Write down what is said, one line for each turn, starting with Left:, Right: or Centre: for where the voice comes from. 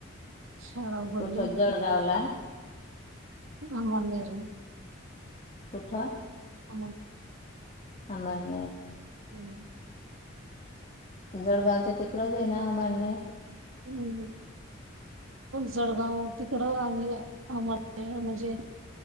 Right: शाळा उघडली
Left: कुठं
Right: हो.
Left: जळगावला
Right: आ मणरण
Left: कुठ
Right: आ
Left: आम नाही
Right: हम्म
Left: जळगावच्या तिकडच आहे ना म्हणणे
Right: हम् जळगाव तिकड आणि आम्हाला म्हणजे